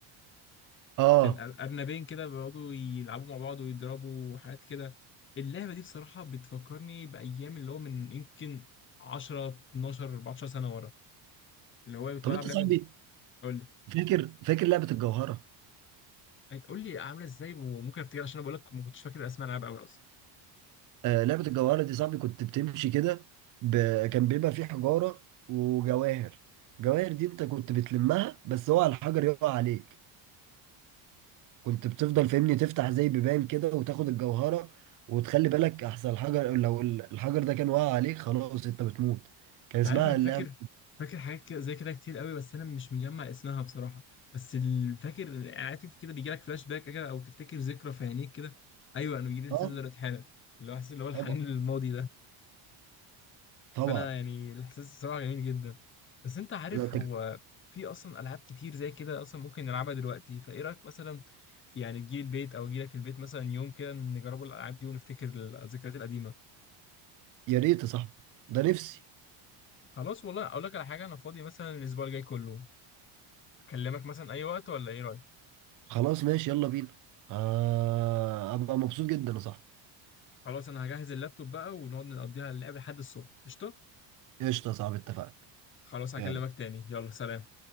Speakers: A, on the right (about 40°); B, on the left (about 25°).
A: <laughs> اه
B: كان أر- ارنبين كده بيقعدوا يلعبوا مع بعض ويضربوا وحاجات كده اللعبه دي بصراحه بتفكرني بايام اللي هو من يمكن 10 12 14 سنه ورا اللي هو كنت
A: طب
B: بلعب
A: انت
B: لعبه
A: صاحبي
B: قول
A: فاكر فاكر لعبة الجوهرة
B: لي قول لي عامله ازاي وممكن افتكر عشان انا بقول لك ما كنتش فاكر اسماء العاب قوي اصلا.
A: آه، لعبة الجواهرة دي صاحبي كنت بتمشي كده ب... كان بيبقى في حجارة وجواهر جواهر دي انت كنت بتلمها بس هو على الحجر يقع عليك كنت بتفضل فاهمني تفتح زي بيبان كده وتاخد الجوهرة وتخلي بالك احسن الحجر لو ال- الحجر ده كان واقع عليك خلاص انت بتموت كان
B: انت
A: اسمها
B: عارف انا فاكر
A: اللعبة
B: فاكر حاجات كده زي كده كتير قوي بس انا مش مجمع اسمها بصراحه بس ال- فاكر عارف كده بيجي لك فلاش باك كده او تفتكر ذكرى في عينيك كده ايوه انا بيجي لي الاحساس
A: اه
B: ده دلوقتي حالا اللي هو احساس اللي هو الحنين
A: طبعا
B: للماضي ده
A: طبعا
B: فانا يعني الاحساس بصراحه جميل جدا بس انت عارف
A: ده انت-
B: هو في اصلا العاب كتير زي كده اصلا ممكن نلعبها دلوقتي فايه رايك مثلا يعني تجي البيت او اجي لك البيت مثلا يوم كده نجربوا الالعاب دي ونفتكر الذكريات القديمه
A: يا ريت يا صاحبي ده نفسي
B: خلاص والله اقول لك على حاجه انا فاضي مثلا الاسبوع الجاي كله اكلمك مثلا اي وقت ولا ايه رايك
A: خلاص ماشي يلا بينا آه... ابقى مبسوط جدا يا صاحبي
B: خلاص انا هجهز اللابتوب بقى ونقعد نقضيها اللعب لحد الصبح قشطه
A: قشطة يا صاحبي اتفقنا
B: خلاص هكلمك
A: يلا
B: تاني يلا سلام